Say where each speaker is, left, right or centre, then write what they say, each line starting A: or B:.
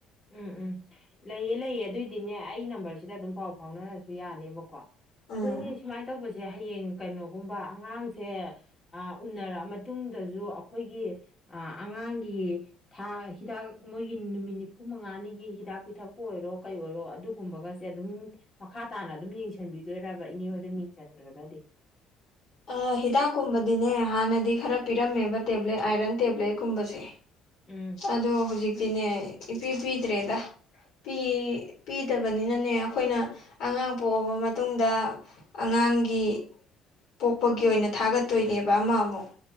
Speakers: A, on the left; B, on the left.
A: ꯎꯝ ꯎꯝ ꯂꯩꯑ ꯂꯩꯑ ꯑꯗꯨꯏꯗꯤꯅꯦ ꯑꯩ ꯅꯝꯕꯔꯁꯤꯗ ꯑꯗꯨꯝ ꯄꯥꯎ ꯐꯥꯎꯅꯔꯁꯨ ꯌꯥꯅꯦꯕꯀꯣ
B: ꯎꯝ
A: ꯑꯗꯨ ꯏꯅꯦ ꯁꯨꯃꯥꯏꯅ ꯇꯧꯕꯁꯦ ꯍꯌꯦꯡ ꯀꯩꯅꯣꯒꯨꯝꯕ ꯑꯉꯥꯡꯁꯦ ꯑ ꯎꯅꯔꯛꯑ ꯃꯇꯨꯡꯗꯁꯨ ꯑꯩꯈꯣꯏꯒꯤ ꯑꯥ ꯑꯉꯥꯡꯒꯤ ꯊꯥ ꯍꯤꯗꯥꯛ ꯃꯣꯏꯒꯤ ꯅꯨꯃꯤꯠ ꯅꯤꯐꯨ ꯃꯉꯥꯅꯤꯒꯤ ꯍꯤꯗꯥꯛ ꯄꯨꯏꯊꯛꯄ ꯑꯣꯏꯔꯣ ꯀꯩ ꯑꯣꯏꯔꯣ ꯑꯗꯨꯒꯨꯝꯕꯒꯁꯦ ꯑꯗꯨꯝ ꯃꯈꯥ ꯇꯥꯅ ꯑꯗꯨꯝ ꯌꯦꯡꯁꯤꯟꯕꯤꯗꯣꯏꯔꯕ ꯏꯅꯦ ꯍꯣꯏꯅ ꯃꯤꯡ ꯆꯟꯒ꯭ꯔꯒꯗꯤ
B: ꯑꯥ ꯍꯤꯗꯥꯛꯀꯨꯝꯕꯗꯤꯅꯦ ꯍꯥꯟꯅꯗꯤ ꯈꯔ ꯄꯤꯔꯝꯃꯦꯕ ꯇꯦꯕ꯭ꯂꯦꯠ ꯑꯥꯏꯔꯟ ꯇꯦꯕ꯭ꯂꯦꯠꯀꯨꯝꯕꯁꯦ
A: ꯎꯝ
B: ꯑꯗꯣ ꯍꯧꯖꯤꯛꯇꯤꯅꯦ ꯏꯄꯤ ꯄꯗ꯭ꯔꯦꯗ ꯄꯤ ꯄꯤꯗꯕꯅꯤꯅꯅꯦ ꯑꯩꯈꯣꯏꯅ ꯑꯉꯥꯡ ꯄꯣꯛꯑꯕ ꯃꯇꯨꯡꯗ ꯑꯉꯥꯡꯒꯤ ꯄꯣꯛꯄꯒꯤ ꯑꯣꯏꯅ ꯊꯥꯒꯠꯇꯣꯏꯅꯦꯕ ꯑꯃ ꯑꯃꯨꯛ